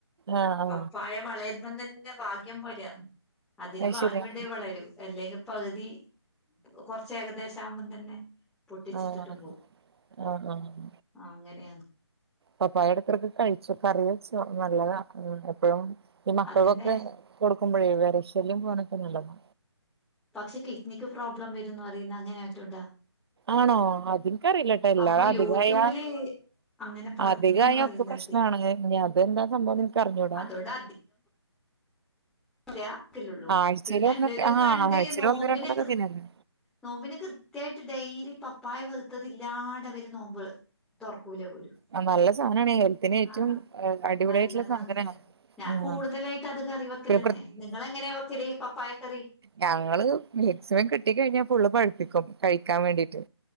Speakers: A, on the right; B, in the centre.
A: ആഹ് ആഹ്
B: പപ്പായ വളരുമ്പം തന്നെ ഭാഗ്യം പോലെയാണ്. അതിന്
A: അത്
B: ഭാഗ്യം
A: ശരിയാ
B: ഉണ്ടേ വളരു അല്ലെങ്കി പകുതി കൊറച്ച് ഏകദേശം ആവുമ്പം തന്നെ പൊട്ടിച്ചിട്ടിട്ട്
A: ആഹ്
B: പോവും
A: ആഹ് ആഹ്
B: അങ്ങനെയാന്ന്
A: പപ്പായ ഇടക്കെടക്ക് കഴിച്ചൊക്കെ കറി വെച്ചോ നല്ലതാ ഉം എപ്പഴും ഈ മക്കൾക്കൊക്കെ
B: അതന്നെ
A: കൊടുക്കുമ്പഴേ വെര ശല്യം പോവാനൊക്കെ നല്ലതാ.
B: പക്ഷെ കിഡ്നിക്ക് പ്രോബ്ലം വരുന്ന് പറയുന്ന് അങ്ങനെ മറ്റോണ്ടോ
A: ആണോ അതിൻക്കറീല്ല ട്ടോ. എല്ലാ
B: അമ്മ
A: അധികായാ
B: യൂട്യൂബില് അങ്ങനെ പറഞ്ഞിനന്ന്
A: അധികായാ
B: പറയുന്ന
A: ഒക്കെ പ്രശ്നാണ്.
B: കേട്ടീനി
A: ഇഞ് അതെന്താ സംഭവം ന്ന് ഇൻക്കറിഞ്ഞൂടാ.
B: അതോണ്ട് ലാക്കല്ലുള്ളൂ
A: ആഴ്ചയിൽ
B: പിന്നെ
A: ഒന്നൊക്കെ
B: എന്റെ ഒരു
A: ആ
B: ഫ്രണ്ട്
A: ആഴ്ചയിൽ
B: നോമ്പിന്
A: ഒന്ന് രണ്ടെണ്ണൊക്കെ
B: കൃ
A: തിന്നന്നെ
B: നോമ്പിന് കൃത്യായിട്ട് ഡെയിലി പപ്പായ പവുത്തത് ഇല്ല്യാണ്ടവര് നോമ്പ് തൊർക്കുലാ പോലും
A: ആഹ് നല്ല സാനാണേ. ഹെൽത്തിന്
B: കാരണം
A: ഏറ്റവും അടിപൊളിയായിട്ടുള്ള
B: നല്ലതാന്നില്ല
A: സാധനാ
B: ഞാൻ കൂടുതലായിട്ട്
A: ആ
B: അത് കറി വെക്കലന്നെ
A: പിന്നെ
B: നിങ്ങൾ എങ്ങനെയാ വെക്കല് പപ്പായക്കറി
A: ഞങ്ങൾ മാക്സിമം കിട്ടിക്കഴിഞ്ഞാ ഫുള്ള് പഴുപ്പിക്കും കഴിക്കാൻ വേണ്ടിട്ട്